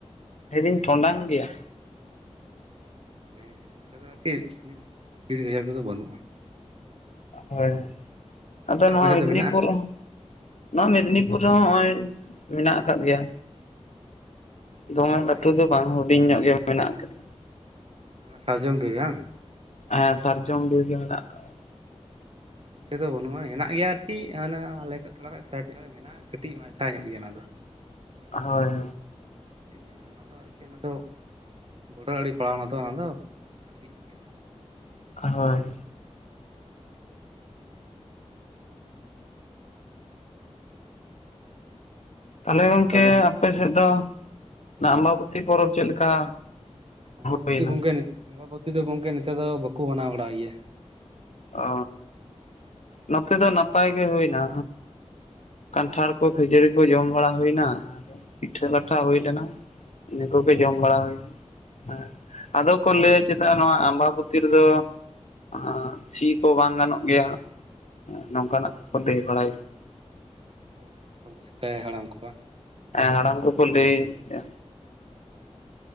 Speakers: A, on the left (about 80°); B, on the right (about 55°).
A: ᱞᱟᱹᱭ ᱫᱟᱹᱧ ᱰᱚᱸᱴᱟᱝ ᱜᱮᱭᱟ?
B: ᱦᱮᱸ ᱦᱮᱸ ᱱᱚᱛᱮ ᱫᱚ ᱟᱨᱠᱤ ᱵᱤᱨ ᱜᱟᱡᱟᱨ ᱠᱩᱫᱚ ᱵᱟᱹᱱᱩᱜᱼᱟ᱾
A: ᱦᱳᱭ ᱟᱫᱚ ᱱᱚᱣᱟ
B: ᱟᱯᱮ ᱥᱮᱫ
A: ᱢᱮᱫᱽᱱᱤᱯᱩᱨ
B: ᱫᱚ ᱢᱮᱱᱟᱜ-ᱟ
A: ᱱᱚᱣᱟ ᱢᱮᱫᱽᱱᱤᱯᱩᱨ ᱨᱮᱦ ᱦᱚᱸ ᱱᱚᱜᱚᱭ ᱢᱮᱱᱟᱜ ᱟᱠᱟᱫ ᱜᱮᱭᱟ᱾ ᱫᱚᱢᱮ
B: ᱢᱟᱱᱮ
A: ᱞᱟᱹᱴᱩ ᱫᱚ ᱵᱟᱝ ᱦᱩᱰᱤᱧ ᱧᱚᱜ ᱜᱮ ᱢᱮᱱᱟᱜ ᱠᱟᱫᱟ᱾
B: ᱚᱱᱟ ᱥᱟᱨᱡᱚᱢ ᱵᱤᱨ ᱦᱟᱝ?
A: ᱦᱮᱸ ᱥᱟᱨᱡᱚᱢ ᱵᱤᱨ ᱨᱮ ᱢᱮᱱᱟᱜ ᱟᱠᱟᱫᱟ᱾
B: ᱱᱚᱛᱮ ᱫᱚ ᱵᱟᱹᱱᱩᱜ-ᱟ᱾ ᱦᱮᱱᱟᱜ ᱜᱤᱭᱟ ᱟᱨᱠᱤ ᱦᱟᱱᱟ ᱟᱞᱮ ᱠᱷᱚᱡ ᱛᱷᱩᱲᱟ ᱜᱟᱡ ᱥᱟᱭᱤᱰ ᱧᱚᱜ ᱨᱮ ᱢᱮᱱᱟᱜᱼᱟ ᱠᱟᱹᱴᱤᱡ ᱢᱟᱪᱷᱟ ᱧᱚᱜ ᱜᱮᱭᱟ ᱚᱱᱟ ᱫᱚ᱾
A: ᱦᱳᱭ᱾
B: ᱪᱮᱫ ᱤᱧ ᱢᱮᱱ ᱱᱟ ᱚᱱᱟ ᱫᱚ ᱟᱨᱠᱤ ᱚᱱᱟ ᱫᱚ᱾ ᱵᱚᱰᱟᱨ ᱟᱲᱤ ᱯᱟᱲᱟᱣᱱᱟ ᱛᱷᱚ ᱚᱱᱟ ᱫᱚ ᱠᱟᱹᱴᱤᱡ ᱧᱚᱜ ᱜᱮᱭᱟ᱾
A: ᱦᱳᱭ᱾ ᱛᱟᱦᱮᱞᱮ ᱜᱚᱝᱠᱮ
B: ᱛᱟᱦᱚᱞᱮ ᱠᱷᱩᱵ
A: ᱟᱯᱮ ᱥᱮᱫ ᱫᱚ᱾ ᱟᱢᱵᱟ ᱵᱚᱛᱤ ᱯᱚᱨᱚᱵᱽ ᱪᱮᱫ ᱞᱮᱠᱟ
B: ᱟᱢᱵᱟ ᱵᱚᱛᱤ
A: ᱦᱩᱭᱱᱟ
B: ᱜᱚᱝᱠᱮ ᱱᱚᱛᱮ ᱟᱢᱵᱟ ᱵᱚᱛᱤ ᱫᱚ ᱜᱚᱝᱠᱮ ᱱᱚᱛᱮ ᱫᱚ ᱵᱟᱠᱚ ᱢᱟᱱᱟᱣ ᱵᱟᱲᱟᱭ ᱜᱤᱭᱟ᱾
A: ᱚ ᱱᱚᱛᱮ ᱫᱚ ᱱᱟᱯᱟᱭ ᱜᱮ ᱦᱩᱭᱱᱟ᱾ ᱠᱟᱱᱴᱷᱟᱲ ᱠᱚ ᱠᱷᱟᱹᱡᱟᱹᱲᱤ ᱠᱚ ᱡᱚᱢ ᱵᱟᱲᱟ ᱦᱩᱭᱱᱟ ᱟᱨ ᱯᱤᱴᱷᱟᱹ ᱞᱟᱴᱷᱟ ᱦᱳᱭ ᱞᱮᱱᱟ᱾ ᱤᱱᱟᱹ ᱠᱚᱜᱮ ᱡᱚᱢ ᱵᱟᱲᱟ ᱦᱩᱭᱱᱟ ᱦᱮᱸ ᱟᱫᱚ ᱠᱚ ᱞᱟᱹᱭ ᱠᱮᱫᱟ ᱱᱚᱣᱟ ᱟᱢᱵᱟ ᱯᱚᱛᱤ ᱨᱮᱫᱚ - ᱟᱸ ᱥᱤ ᱠᱚ ᱵᱟᱝ ᱜᱟᱱᱚᱜ ᱜᱮᱭᱟ ᱱᱚᱝᱠᱟᱱᱟᱜ ᱠᱚᱠᱚ ᱞᱟᱹᱭ ᱵᱟᱲᱟᱭ -
B: ᱚ ᱟᱵᱩ ᱥᱮᱫᱟᱭ ᱦᱟᱲᱟᱢ ᱠᱚᱣᱟᱜ᱾
A: ᱦᱮᱸ ᱦᱟᱲᱟᱢ ᱠᱚᱠᱚ ᱞᱟᱹᱭ ᱜᱮᱭᱟ᱾